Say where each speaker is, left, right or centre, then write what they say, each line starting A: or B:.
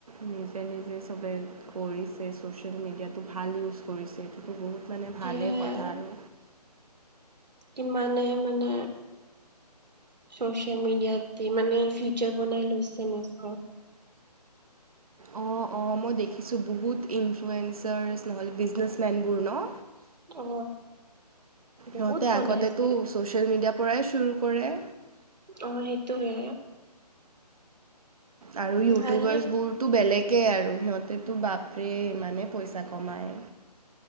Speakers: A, on the right; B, on the right.
A: নিজে- নিজে চবে কৰিছে। যে ছ'চিয়েল মিডিয়াটো ভাল ইউজ কৰিছে সেইটোতো বহুত মানে ভালেই
B: সেয়াই
A: কথা আৰু।
B: কিমানে মানে চচিয়েল মিডিয়াত দি মানে ফিউচাৰ বনাই লৈছে নিজৰ।
A: অ', অ' মই দেখিছোঁ বহুত ইনফ্লুৱেঞ্চাৰছ নহ'লে বিজনেছমেনবোৰ ন।
B: অ। বহুত
A: সিহঁতে
B: বনাইছে
A: আগতেতো ছ'চিয়েল মিডিয়াৰ পৰাই চুৰু কৰে।
B: অ, সেইটোয়ে।
A: আৰু ইউটিউবাৰ্চবোৰ
B: ভালে
A: তো বেলেগেই আৰু সিহঁতেতো বাপৰে ইমানেই পইচা কমায়।